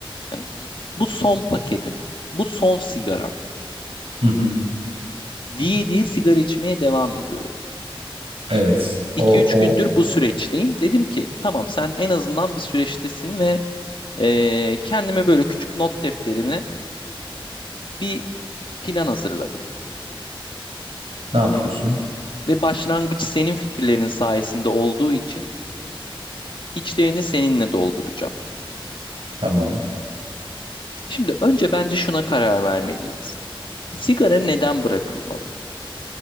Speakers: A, on the left; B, on the right.
A: Hani bu son paketim. Bu son sigaram.
B: Hı hı.
A: diye diye sigara içmeye devam ediyorum.
B: Evet.
A: 2
B: O,
A: üç gündür
B: o
A: bu süreçteyim. Dedim ki tamam sen en azından bir süreçtesin ve eee, kendime böyle küçük not defterime bir plan hazırladım.
B: ne yapıyorsun?
A: Ve başlangıç senin fikirlerin sayesinde olduğu için içlerini seninle dolduracağım.
B: Tamam.
A: Şimdi önce bence şuna karar vermeliyiz. Sigara neden bırakılmalı?